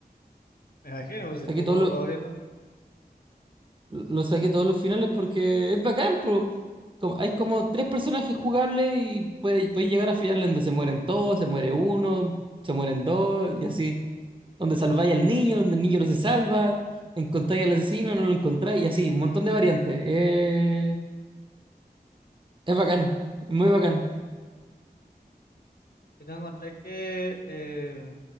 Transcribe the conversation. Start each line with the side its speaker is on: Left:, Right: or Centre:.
Left: Me imagino, pues si
Right: Saqué
Left: tu
Right: todos
Left: juego
Right: los,
Left: favorito.
Right: lo saqué todos los finales porque es bacán, pero como- hay como tres personajes jugables y puedes puede- puede llegar a finales donde se mueren todos, se muere uno, se mueren dos y así. Donde salváis al niño, donde el niño no se salva, encontráis al asesino, no lo encontráis y así, un montón de variantes. Eh, es bacán, muy bacán.
Left: Y tú encontrás que eh,